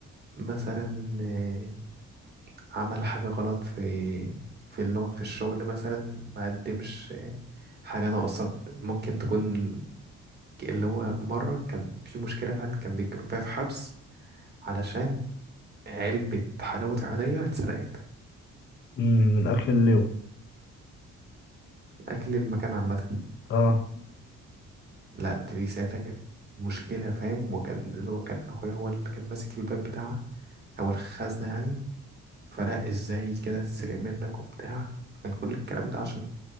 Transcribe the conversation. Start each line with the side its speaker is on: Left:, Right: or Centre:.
Right: مثلا إيه عمل حاجة غلط في في اللي هو في الشغل مثلا ما قدمش إيه، حاجة ناقصة ممكن تكون اللي هو مرة كان في مشكلة فعلا كان بيتكلموا فيها في حبس علشان علبة حلاوة طحينية اتسرقت
Left: مم. من أكل اللواء
Right: أكل المكان عامة
Left: آه
Right: لا دي, دي ساعتها كانت مشكلة فاهم وكان اللي هو كان أخويا هو اللي كان ماسك الباب بتاعها أو الخزنة يعني فلا إزاي كده تسرق منك وبتاع كان كل الكلام ده عشان